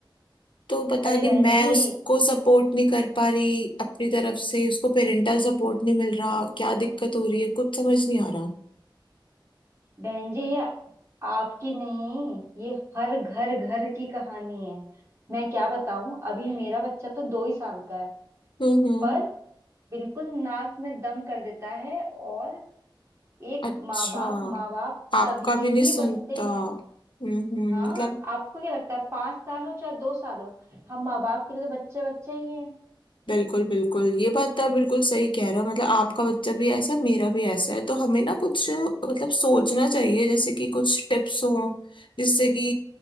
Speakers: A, on the left (about 70°); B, on the right (about 35°).
A: तो पता
B: अरे
A: नहीं
B: बहन
A: मैं
B: जी
A: उसको सपोर्ट नहीं कर पा रही अपनी तरफ से उसको पेरेंटल सपोर्ट नहीं मिल रहा क्या दिक्कत हो रही है कुछ समझ नहीं आ रहा
B: बहन जी ये आपकी नहीं ये हर घर घर की कहानी है मैं क्या बताऊं अभी मेरा बच्चा तो दो ही साल का है
A: हम्म हम्म
B: पर बिल्कुल नाक में दम कर देता है और एक
A: अच्छा
B: माँ बाप माँ बाप
A: आपका
B: तभी
A: भी नहीं
B: ही
A: सुनता
B: बनते हैं
A: हम्म हम्म
B: हाँ
A: मतलब
B: आपको क्या लगता है पांच साल हो चाहे दो साल हो हम माँ बाप के लिए तो बच्चे बच्चे ही हैं
A: बिल्कुल बिल्कुल ये बात तो आप बिल्कुल सही कह रहे हो मतलब आपका बच्चा भी ऐसा है मेरा भी ऐसा है तो हमें ना कुछ मतलब सोचना चाहिए जैसे कि कुछ टिप्स हो जिससे कि